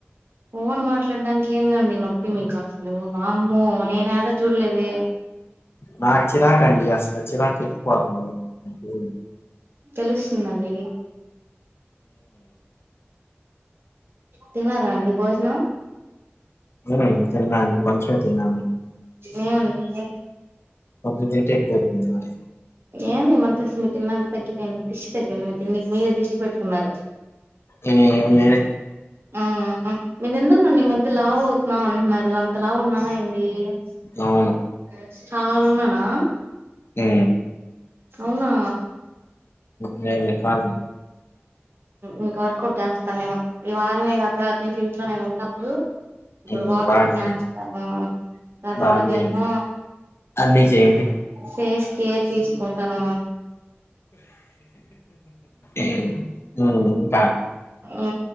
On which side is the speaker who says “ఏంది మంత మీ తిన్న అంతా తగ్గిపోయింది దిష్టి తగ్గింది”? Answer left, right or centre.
Right